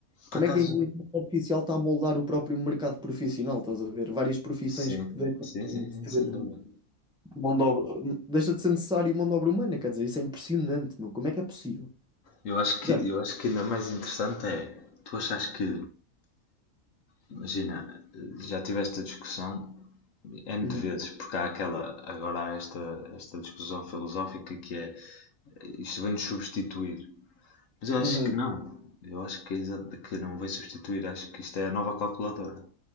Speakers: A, in the centre; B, on the left.
A: Como
B: Por acaso,
A: é que a inteligência artificial está a moldar o próprio mercado profissional? Estás a ver? Várias profissões
B: sim,
A: que deixam
B: sim, sim,
A: de
B: sim,
A: ter
B: sem dúvida.
A: mão de obra- deixa de ser necessário mão de obra humana, quer dizer, isso é impressionante, meu. Como é que é possível?
B: Eu acho que,
A: Já vi.
B: eu acho que ainda mais interessante é, tu achas que, imagina, já tiveste a discussão N
A: Uhum,
B: de vezes, porque há aquela, agora há esta, esta discussão filosófica que é, isto vem-nos substituir. Mas eu
A: uhum.
B: acho que não. Eu acho que, é exa- que não vai substituir. Acho que isto é a nova calculadora,